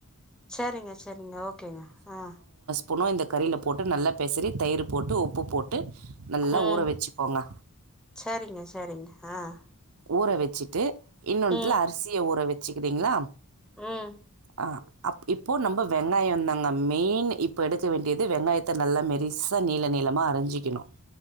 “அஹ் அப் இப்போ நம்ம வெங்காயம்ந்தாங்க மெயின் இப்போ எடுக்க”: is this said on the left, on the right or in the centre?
Right